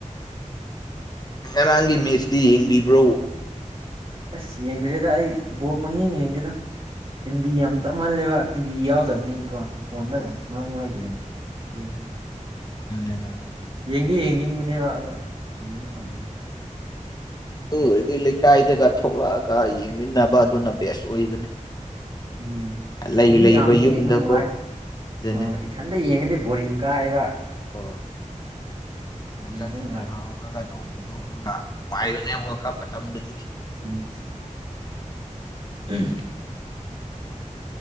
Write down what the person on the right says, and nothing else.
ꯑꯁ ꯌꯦꯡꯗ꯭ꯔꯦꯗ ꯑꯩ ꯕꯣꯜ ꯄꯪꯌꯦꯡ ꯌꯦꯡꯗꯦꯗ ꯑꯦꯝ ꯕꯤ ꯌꯥꯝ ꯇꯞꯃꯜꯂꯦꯕ ꯇꯤꯚꯤ ꯌꯥꯎꯗꯕꯅꯤꯅ ꯀꯣ ꯐꯣꯟꯗ
ꯃꯔꯛ ꯃꯔꯛ ꯌꯦꯡ ꯑꯗꯨꯅꯤ
ꯌꯦꯡꯗꯤ ꯌꯦꯡꯅꯤꯡꯕꯅꯦꯕ ꯑꯗꯣ ꯌꯦꯡꯕ ꯐꯪꯗꯦ
ꯎꯝ ꯑꯁ
ꯃꯤ
ꯌꯥꯝꯕꯗꯤ
ꯌꯦꯡꯕ ꯅꯨꯡꯉꯥꯏ
ꯑꯣ ꯏꯊꯟꯇ ꯌꯦꯡꯉꯗꯤ ꯕꯣꯔꯤꯡ ꯀꯥꯏꯌꯦꯕ
ꯌꯦꯡꯕ
ꯅꯨꯡꯉꯥꯏꯇꯦꯕ
ꯎꯝ <unintelligible>